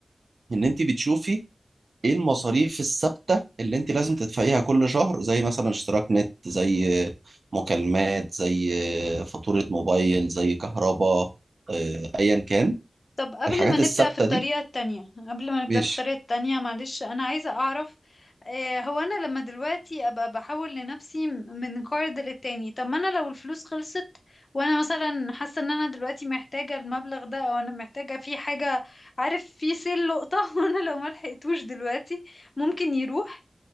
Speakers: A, on the right (about 75°); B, on the left (about 55°).
A: ان انت بتشوفي ايه المصاريف الثابتة اللي انت لازم تدفعيها كل شهر زي مثلا اشتراك نت زي مكالمات زي فاتورة موبايل زي كهرباء آه، ايا كان
B: طب قبل
A: الحاجات
B: ما نبدأ
A: الثابتة
B: في الطريقة
A: دي
B: التانية قبل ما نبدأ
A: ماشي
B: في الطريقة التانية معلش أنا عايزة أعرف آه هو أنا لما دلوقتي أبقى بحول لنفسي م- من قرض للتاني طب ما أنا لو الفلوس خلصت وأنا مثلا حاسة إن أنا دلوقتي محتاجة المبلغ ده أو أنا محتاجة في حاجة عارف في سيل لقطة <laughs> وأنا لو ما لحقتوش دلوقتي ممكن يروح